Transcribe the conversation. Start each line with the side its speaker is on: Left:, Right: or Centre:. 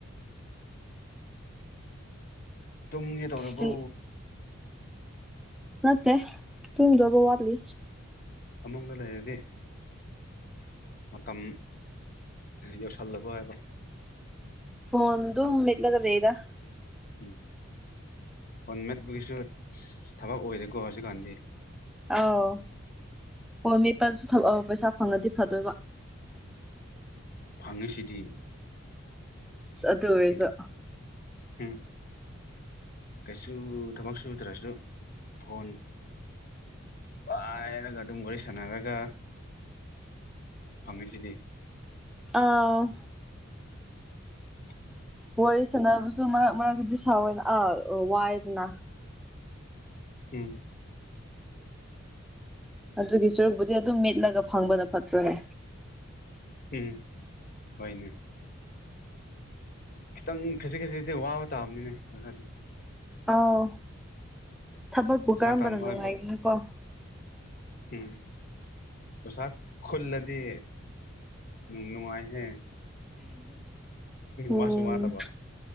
Left: ꯇꯨꯝꯒꯦ ꯇꯧꯔꯕꯣ
Centre: ꯑꯩ ꯅꯠꯇꯦ ꯇꯨꯡꯗꯣꯕ ꯋꯥꯠꯂꯤ꯫
Left: ꯐꯃꯨꯡꯗ ꯂꯩꯔꯗꯤ꯫ ꯃꯇꯝ ꯌꯧꯁꯜꯂꯕ ꯍꯥꯏꯕ
Centre: ꯐꯣꯟ ꯗꯨꯝ ꯃꯦꯠꯂꯒ ꯂꯩꯗ
Left: ꯎꯝ ꯐꯣꯟ ꯃꯦꯠꯄꯨꯒꯤꯁꯨ ꯊꯕꯛ ꯑꯣꯏꯔꯦꯀꯣ ꯍꯧꯖꯤꯛꯀꯥꯟꯗꯤ꯫
Centre: ꯑꯥꯎ ꯍꯣꯏ ꯐ‌ꯣꯟꯄ‌ꯦꯄꯁꯤꯁꯨ ꯊꯕꯛ ꯑꯣ ꯄꯩꯁꯥ ꯐꯪꯉꯗꯤ ꯐꯗꯣꯏꯕ
Left: ꯐꯪꯉꯤꯁꯤꯗꯤ꯫
Centre: ꯑꯗꯨ ꯑꯣꯏꯔꯖꯨ
Left: ꯎꯝ ꯎꯝ ꯀꯩꯁꯨ ꯊꯕꯛ ꯁꯨꯠꯗꯔꯁꯨ ꯐꯣꯟ ꯄꯥꯏꯔꯒ ꯑꯗꯨꯝ ꯋꯥꯔꯤ ꯁꯥꯟꯅꯔꯒ ꯐꯪꯉꯤꯁꯤꯗꯤ꯫
Centre: ꯑꯣ
Left: <inaudible>
Centre: ꯋꯥꯔꯤ ꯁꯥꯟꯅꯕꯁꯨ ꯃꯔꯛ ꯃꯔꯛꯇꯗꯤ ꯁꯑꯣꯏꯅ ꯑ ꯋꯥꯏꯗꯅ
Left: <inaudible> ꯎꯝ
Centre: ꯑꯗꯨꯒꯤ ꯁꯔꯨꯛꯄꯨꯗꯤ ꯑꯗꯨꯝ ꯃꯦꯠꯂꯒ ꯐꯪꯕꯅ ꯐꯠꯇ꯭ꯔꯣꯅꯦ꯫
Left: ꯎꯝ ꯍꯣꯏꯅꯦ꯫ ꯈꯤꯇꯪ ꯈꯖꯤꯛ ꯈꯖꯤꯗꯤ ꯋꯥꯕ ꯇꯥꯕꯅꯤꯅꯦ ꯈ ꯈꯗꯤ꯫
Centre: ꯑꯥꯎ ꯊꯕꯛꯄꯨ
Left: ꯄꯩꯁꯥ
Centre: ꯀꯔꯝꯕꯅ
Left: ꯇꯥꯟꯕ
Centre: ꯅꯨꯡꯉꯥꯏꯒꯅꯤꯀꯣ
Left: ꯍꯥꯏꯕ ꯎꯝ ꯄꯁꯥ ꯈꯨꯜꯂꯗꯤ ꯅꯨꯡꯉꯥꯏꯍꯦ꯫
Centre: ꯎꯝ
Left: ꯋꯥꯁꯨ ꯋꯥꯗꯕ